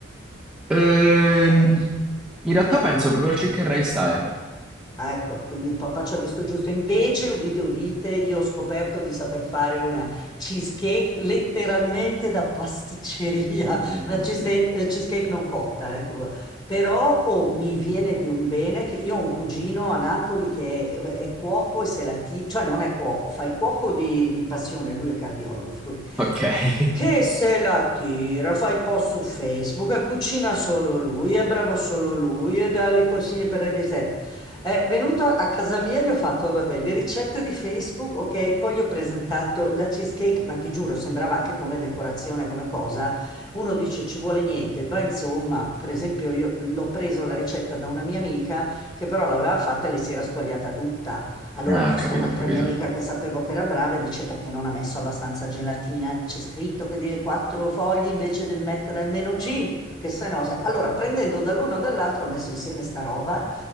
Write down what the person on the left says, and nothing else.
Eh,
Ecco, quindi il papà ci ha visto giusto. Invece, udite, udite, io ho scoperto di saper fare una cheesecake letteralmente da pasticceria,
<laughs> una cheesecake, eh, cheesecake non cotta, eh, crua. Però oh, mi viene di un bene che io ho un cugino a Napoli che è, è cuoco e se la tira, cioè non è cuoco, fa il cuoco di, di passione, lui è cardiologo, figurati.
Che se la tira, fa i post su Facebook e cucina solo lui, è bravo solo lui e dà i consigli per le ricette. È venuto a a casa mia e gli ho fatto, vabbè, le ricette di Facebook, ok, poi gli ho presentato la cheesecake, ma ti giuro, sembrava anche come decorazione, come cosa. Uno dice ci vuole niente, beh, insomma, per esempio io l'ho preso la ricetta da una mia amica che però l'aveva fatta e le si era squagliata tutta. Allora
ho chiesto
a un'altra
mia amica che sapevo che era brava e dice perché non ha messo abbastanza gelatina? C'è scritto che deve quattro fogli invece devi mettere almeno cinque, perché sennò se... Allora prendendo dall'uno o dall'altro ho messo insieme sta roba.